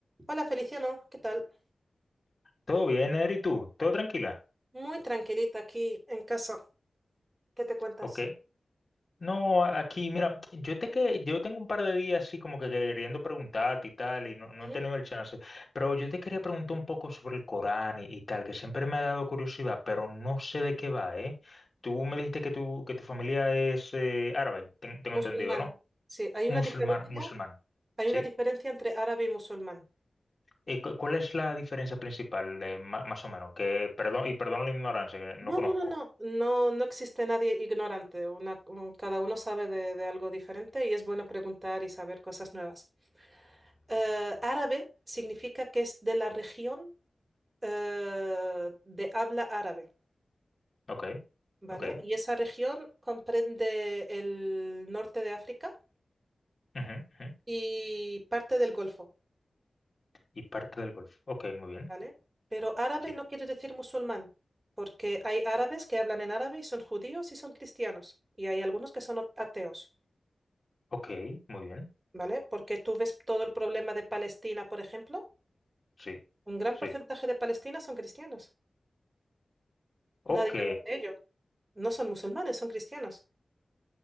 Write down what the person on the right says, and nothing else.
Hola Feliciano, ¿qué tal?
Muy tranquilita aquí en casa. ¿Qué te cuentas?
Ujú.
Musulmana.
Sí, hay
una diferencia,
hay
una diferencia entre árabe y musulmán.
No,
no, no, no, no, no existe nadie ignorante. Una, un- cada uno sabe de, de algo diferente y es bueno preguntar y saber cosas nuevas. Eh, árabe significa que es de la región eh, de habla árabe,
¿vale?
Y esa región comprende el norte de África
y parte del Golfo.
¿vale? Pero árabe
no quiere decir musulmán, porque hay árabes que hablan en árabe y son judíos y son cristianos, y hay algunos que son ateos,
¿vale? Porque tú ves todo el problema de Palestina, por ejemplo,
un gran
porcentaje de Palestina son cristianos.
Nadie habla de ello. No son musulmanes, son cristianos.